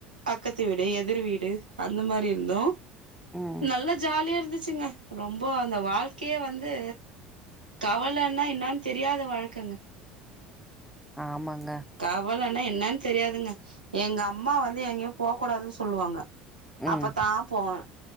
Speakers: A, on the right (about 80°); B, in the centre.
A: பக்கத்து வீடு எதிர் வீடு அந்த மாரி இருந்தோ
B: ம்
A: நல்லா ஜாலியா இருந்துச்சுங்க ரொம்ப அந்த வாழ்க் கே வந்து கவலன்னா என்னான்னு தெரியாத வாழ்க்கங்க
B: ஆமாங்க
A: கவலன்னா என்னான்னு தெரியாதுங்க எங்க அம்மா வந்து எங்கேயும் போக கூடாதுன்னு சொல்லுவாங்க
B: ம்
A: அப்பத்தா போவே